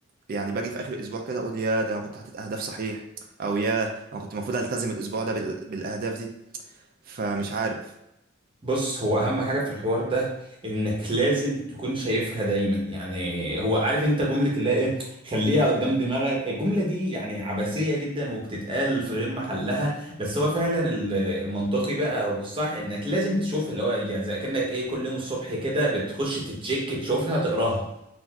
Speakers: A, on the right; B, on the right.
A: يعني باجي في اخر الاسبوع كده اقول يا ده انا كنت حاطط اهداف صحيح او يا انا كنت المفروض التزم الاسبوع ده بال... بالاهداف دي فمش عارف
B: بص هو اهم حاجه في الحوار ده انك لازم تكون شايفها دايما يعني هو عارف انت جمله اللي هي ايه خليها قدام دماغك الجمله دي يعني عبثيه جدا وبتتقال في غير محلها بس هو فعلا ال- المنطقي بقى او الصح انك لازم تشوفها اللي هو يعني زي كانك ايه كل يوم الصبح كده بتخش تتشيك تشوفها تقراها